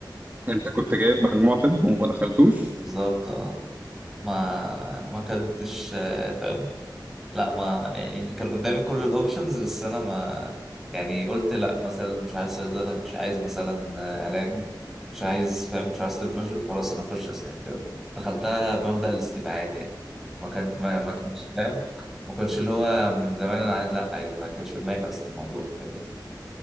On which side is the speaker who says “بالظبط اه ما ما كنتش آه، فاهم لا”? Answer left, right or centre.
Centre